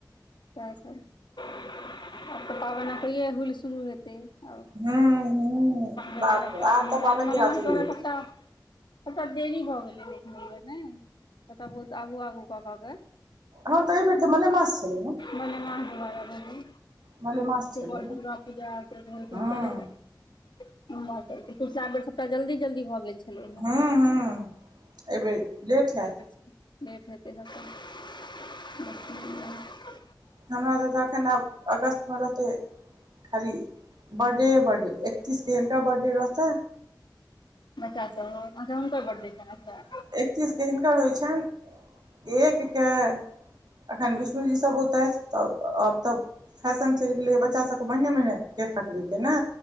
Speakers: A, on the left; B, on the right.
A: सएह सब आओर त पाबनि <inaudible> इहे हुइल शुरू हेतै आ
B: हूँ हूँ
A: भेलै
B: बाप
A: रऽ
B: रे
A: पाबैन
B: आब तऽ
A: एहि
B: पाबनि
A: मलेमास
B: तिहार शुरू
A: दुआरे
B: हेतै
A: सबटा <inaudible> कटा देरी भऽ गेलै लखने ले ने कटा बहुत आगू आगू कऽ क के
B: हँ तऽ एहिबेर तऽ मलेमास छलै ने
A: मलेमास दुआरे भेलै
B: मलेमास छलै
A: बड़
B: ने
A: दुर्गा पूजा <unintelligible>
B: हूँ
A: बेर सबटा जल्दी जल्दी भए गेल छलै हे
B: ह्मँ ह्मँ एहिबेर लेट हैत
A: एहि बेर लेट हेतै तऽ <unintelligible>
B: हमरा सब तऽ अखन आब अगस्त मे रहतै खाली बर्थडे बर्थडे एकतीस के हीनका बर्थडे रहतै
A: बच्चा सब हँ अच्छा हुनकर बड्डे छैनि अच्छा
B: पच्चीसके हिनकर होइत छनि एक के अखन विष्णु जी सभ औतथि तऽ आब तब फैशन चलि गेलैए बच्चाभके महिने महिने केक कटबैके ने